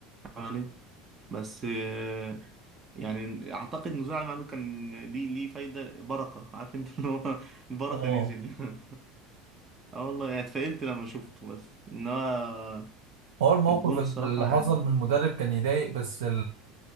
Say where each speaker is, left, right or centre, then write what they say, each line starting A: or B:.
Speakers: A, on the right; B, on the right.
A: عملت بس آه، يعني اعتقد نزوع المعلول كان ليه ليه فايده بركه عارف انت اللي هو <laughs> البركه
B: اه
A: نزل <laughs> اه والله يعني اتفائلت لما شفته بس انما
B: هو الموقف
A: الجون الصراحة
B: اللي
A: يعني
B: حصل من المدرب كان يضايق بس